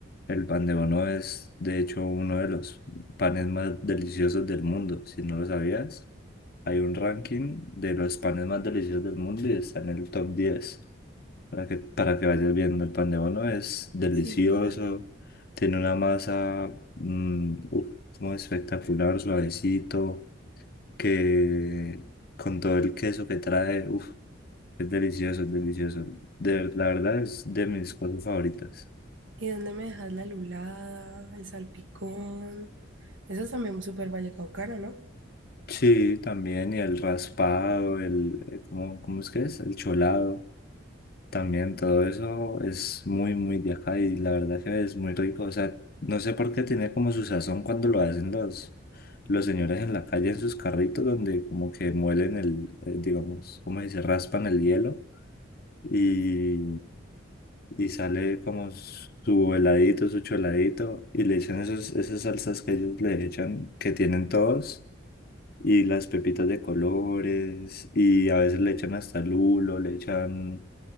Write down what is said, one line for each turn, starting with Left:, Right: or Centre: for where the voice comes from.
Left: el pan de bono es de hecho uno de los panes más deliciosos del mundo. Si no lo sabías, hay un ranking de los panes más deliciosos del mundo y está en el top 10 para que, para que vayas viendo, el pan de bono es delicioso,
Right: Sí, sí, sabía.
Left: tiene una masa mm, uf, como espectacular, suavecito, que con todo el queso que trae, uf, es delicioso, es delicioso. De, ver- la verdad es de mis cosas favoritas.
Right: ¿Y dónde me dejas la lulada, el salpicón? Eso es también súper vallecaucano, ¿no?
Left: Sí, también, y el raspado, el, eh, ¿cómo, cómo es que es? El cholado. También todo eso es muy, muy de acá y la verdad que es muy rico. O sea, no sé por qué tiene como su sazón cuando lo hacen los, los señores en la calle en sus carritos donde como que muelen el, eh, digamos, como dice, raspan el hielo y, y sale como su heladito, su choladito y le echan esos, esas salsas que ellos le echan, que tienen todos. Y las pepitas de colores, y a veces le echan hasta lulo, le echan